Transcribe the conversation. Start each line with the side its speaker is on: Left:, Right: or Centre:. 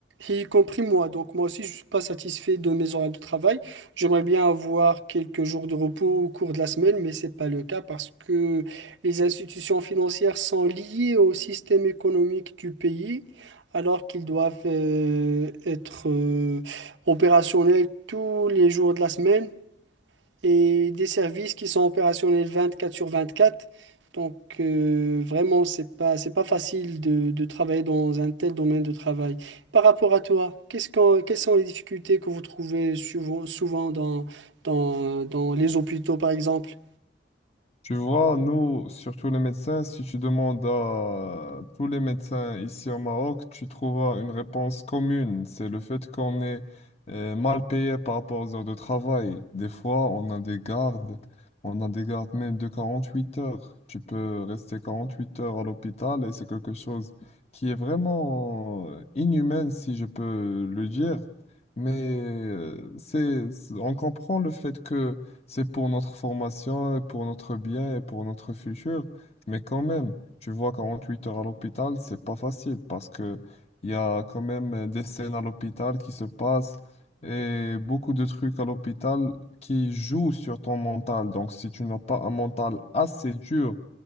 Right: Et y compris moi. Donc moi aussi, je ne suis pas satisfait de mes horaires de travail. J'aimerais bien avoir quelques jours de repos au cours de la semaine, mais ce n'est pas le cas parce que les institutions financières sont liées au système économique du pays, alors qu'ils doivent euh, être euh, opérationnels tous les jours de la semaine et des services qui sont opérationnels 24 sur 24. Donc euh, vraiment, c'est pas, c'est pas facile de, de travailler dans un tel domaine de travail. Par rapport à toi, qu'est-ce que, quelles sont les difficultés que vous trouvez souvent, souvent dans, dans, dans les hôpitaux, par exemple?
Left: Tu vois, nous, surtout les médecins, si tu demandes à tous les médecins ici au Maroc, tu trouveras une réponse commune. C'est le fait qu'on est euh, mal payé par rapport aux heures de travail. Des fois, on a des gardes, on a des gardes même de 48 heures. Tu peux rester 48 heures à l'hôpital et c'est quelque chose qui est vraiment euh, inhumain, si je peux le dire. Mais euh, c'est, c'est- on comprend le fait que c'est pour notre formation, pour notre bien et pour notre futur. Mais quand même, tu vois, 48 heures à l'hôpital, c'est pas facile parce que il y a quand même euh, des scènes à l'hôpital qui se passent et beaucoup de trucs à l'hôpital qui jouent sur ton mental. Donc, si tu n'as pas un mental assez dur